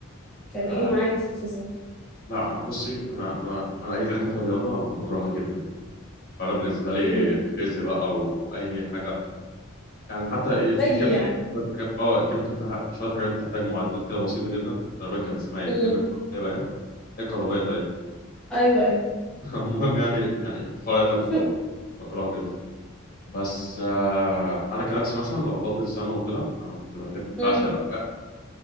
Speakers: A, in the centre; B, on the left (about 45°).
A: كان ايه
B: آه
A: معاك في الفيزياء
B: لا أنا بصي أنا أنا أنا أي حاجة في الرياضة أنا بكرهها جدا فأنا بالنسبة لي
A: اوكي
B: الفيزياء بقى وأي حاجة يعني حتى إيه في
A: زي ايه
B: الكيمياء
A: يعني
B: شوية حاجات اه الكيمياء فيها شوية حاجات بتحتاج معادلات كده بسيطة جدا تقريبا كان اسمها ايه الكيمياء
A: امم
B: الكهربائية باين هي الكهربائية تقريبا
A: ايوه ايوه
B: <laughs> المهم يعني يعني الفرع ده كنت
A: <laughs>
B: بكرهه جدا بس آه، انا كنفسي مثلا لو فتره ثانوي وكده انا كنت بحب
A: امم
B: بعشق الاحياء